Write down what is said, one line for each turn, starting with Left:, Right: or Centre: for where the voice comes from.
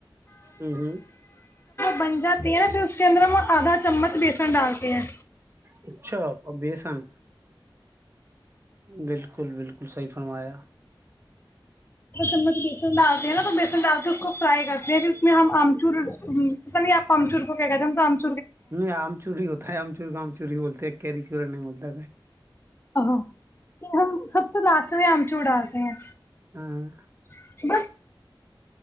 Right: ہوں ہوں۔
Left: بنجہ تیرہ تر چندرم اور آدا چمچ بی ن ڈالتے ہیں
Right: اچھا اور بیسن بالکل بالکل صحیح فرمایا
Left: چمچ بیسن ڈالتے ہیں نا تو بیسن ڈال کے اس کو فرائی کرتے ہیں پھر اس میں ہم آمچور تو نہیں آپ امچور کو کہا
Right: ن آم چوری ہوت ہے آم چور کام چور بولتے کیری چور نہیں بولتا
Left: ا ہم سب سے لاسٹ میں آمچو ڈالتے ہیں
Right: ہاں
Left: بس